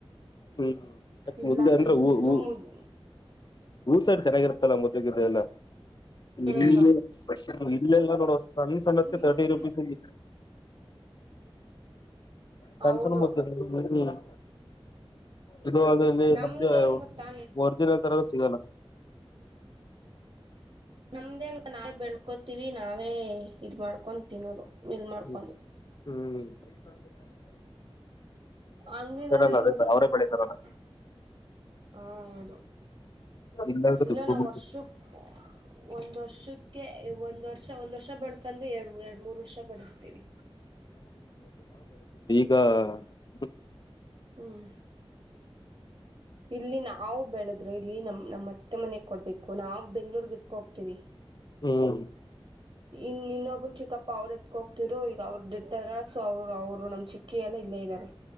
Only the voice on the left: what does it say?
ಹ್ಮ್
ಮುದ್ದೆ ಅಂದ್ರೆ
ಉ
ಉ.
ಊರ್ ಸೈಡ್ ಚೆನ್ನಾಗಿರುತ್ತಲ್ಲ ಮುದ್ದೇ ಗಿದ್ದೆ ಎಲ್ಲ.
ಇಲ್ಲಿ.
ಇಲ್ ಎಲ್ಲೊ ನೋಡೊ. ಸಣ್ ಸಣದ್ಕೆ
ತಿರ್ಟಿ ರುಪೀಸ್ ಇಲ್ಲಿ. ಸಣ್
ಸಣ್ ಮುದ್ <unintelligible> ಇದು ಅಲ್ದೆ ಇಲ್ಲಿ
ನಮ್ದ್ಯವ್
ಒರ್ಜಿನಲ್ ತರದ್ ಸಿಗಲ್ಲ.
ಹ್ಮು ಹ್ಮೂ. <unintelligible>
ಎಲ್ಲ
ಅದೇ
ಅವರೇ
ಬೆಳಿತಾರಲ್ಲ
ಇಲ್ಲಾಂದ್ರೆ
ದುಡ್ಡು ಕೊಟ್ಬಿಡ್ತೀವಿ
ದಾ <unintelligible>
ಹ್ಮ್